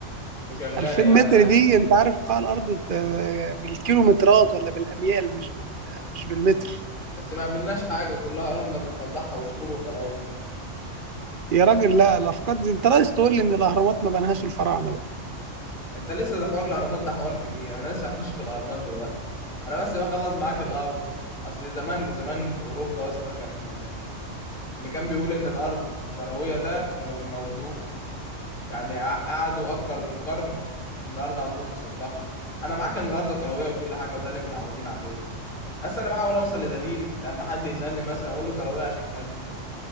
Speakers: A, on the left; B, on the right.
A: وشغال
B: 2000
A: يعني
B: متر
A: عادي
B: دي انت عارف قاع الارض آه، بالكيلومترات ولا بالاميال مش بال مش بالمتر
A: بس ما قابلناش حاجه كلها رمله بنطلعها وصخور وخلاص
B: يا راجل لا الافكار دي انت عايز تقول لي ان الاهرامات ما بنهاش الفراعنه
A: انت لسه ده حوار الاهرامات ده حوار كبير انا لسه هخش في الاهرامات دلوقتي انا بس بخلص معاك الارض اصل زمان زمان في اوروبا يا اسطى كان اللي كان بيقول إن الأرض كروية ده كانوا بيموتوه يعني قع- قعدوا أكتر من قرن إن الأرض عندهم مسطحة أنا معاك إن الأرض كروية وكل حاجة وده اللي متعودين عليه بس أنا بحاول أوصل لدليل أما حد يسألني مثلا أقول له كروية عشان كذا